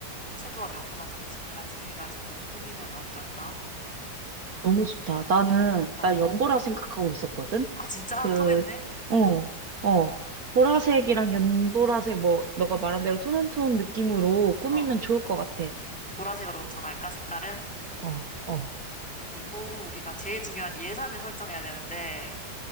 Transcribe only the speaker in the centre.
채도와 명도만 조금씩 달라지게 해가지고 꾸미면 어떨까?
어.
아 진짜
통했네.
어
보라색으로 그럼 정할까 색깔은?
그리고 우리가 제일 중요한 예산을 설정해야 되는데